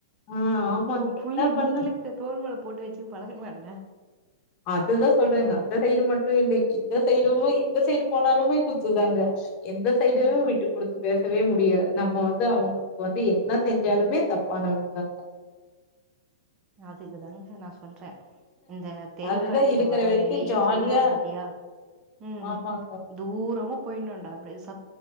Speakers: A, on the left (about 35°); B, on the right (about 30°).
A: ஆ ஆமாங்க
B: உங்க புள்ளிய
A: என்ன பண்ண
B: நீங்களுக்கு தோல் போட்டு வெச்சு பழக்கலண் என்ன
A: அதுதான் சொல்றேங்க அந்த சைடு மட்டும் இல்ல இந்த சைடுமே இந்த சைடு போனாலுமே குத்துதாங்க எந்த சைடையும்
B: ம்
A: விட்டு குடுத்து பேசவே முடியாது நம்ம வந்து அவங்களுக்கு வந்து என்ன செஞ்சாலுமே தப்பானவங்க தான்
B: அதுக்குதாங்க நான் சொன் சொல்றேன் இந்த தெறிப்படத்துல
A: அதுதா இருக்கிற
B: வரா
A: வரைக்கு
B: மதாரி
A: ஜாலியா
B: சொல்லுவாங்க பாத்தியா உம்
A: ஆமாங்க
B: தூரமு பொயுண்டா பேசு